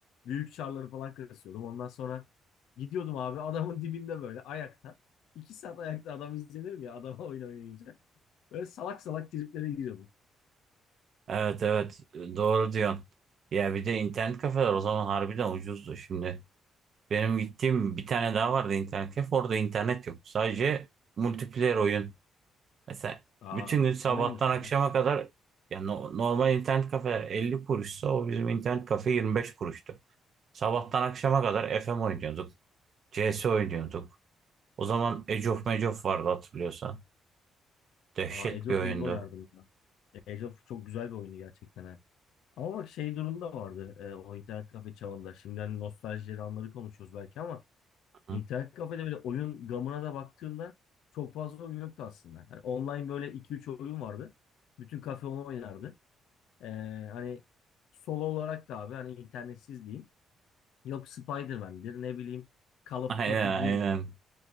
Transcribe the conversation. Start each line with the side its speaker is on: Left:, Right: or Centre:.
Left: Büyük çarları falan kasıyordum. Ondan sonra gidiyordum abi adamın dibinde böyle ayakta. 2 saat ayakta adam izlenir mi ya adama oyun oynayınca. Böyle salak salak triplere giriyordum.
Right: evet evet doğru diyorsun. Ya bir de internet kafeler o zaman harbiden ucuzdu şimdi. Benim gittiğim bir tane daha vardı internet kafe. Orada internet yok. Sadece multiplayer oyun. Mesela
Left: Aa
Right: bütün gün sabahtan
Left: o neymiş
Right: akşama
Left: ya?
Right: kadar ya no- normal internet kafe 50 kuruşsa o bizim internet kafe 25 kuruştu. Sabahtan akşama kadar FM oynuyorduk. CS oynuyorduk. O zaman Age of Mage of vardı hatırlıyorsan. Dehşet
Left: Aa Age
Right: bir
Left: of
Right: oyundu.
Left: iyi oynardım ben. Age of çok güzel bir oyunu gerçekten ha. Ama bak şey durumda vardı e, o internet kafe çağında. Şimdi hani nostaljileri anları konuşuyoruz belki ama
Right: Hı.
Left: İnternet kafede böyle oyun gamına da baktığımda çok fazla oyun yoktu aslında. Hani online böyle iki üç oyun vardı. Bütün kafe onu oynardı. Ee, hani solo olarak da abi hani internetsiz diyeyim. Yok Spider-Man'dir ne bileyim Call of
Right: <laughs> Aynen
Left: Duty
Right: aynen.
Left: 1'dir.